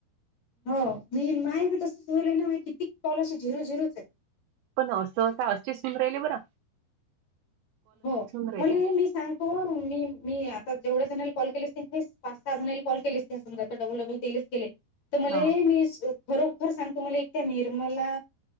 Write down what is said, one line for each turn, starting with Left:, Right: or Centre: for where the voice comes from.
Left: हो मी मायी तसल आहे ना कितीक कॉल असे झिरो झिरोच
Right: पण असं असता असे सून राहिले बर
Left: हो
Right: राहिले
Left: मला मी सांग हो मी मी आता जेवढ्या जणला कॉल केलेस ते पाच सहा जणला कॉल केले ते डबल डबल तेच केले तुम्हाला
Right: हा
Left: मी खरोखर सांगतो मला एकट्या निर्मला